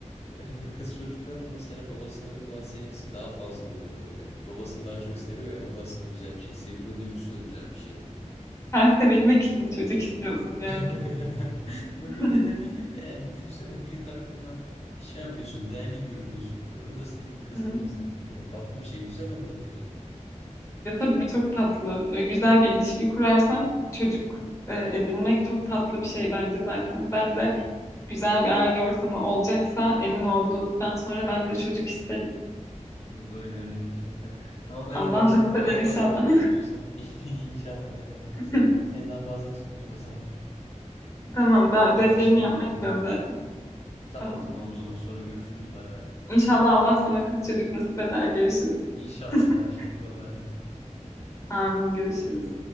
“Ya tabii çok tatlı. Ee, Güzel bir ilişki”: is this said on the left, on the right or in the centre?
Left